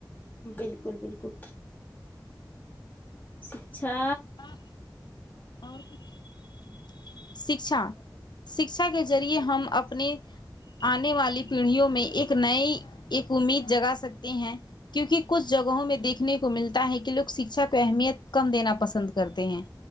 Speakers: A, on the left (about 20°); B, on the left (about 70°).
A: بالکل بالکل شکچھا
B: ہاں اور کچھ <inaudible> شکچھا شکچھا کے ذریعے ہم اپنے آنے والی پیڑھیوں میں ایک نئی ایک امید جگا سکتے ہیں کیونکہ کچھ جگہوں میں دیکھنے کو ملتا ہے کہ لوگ شکچھا کو اہمیت کم دینا پسند ہو کرتے ہیں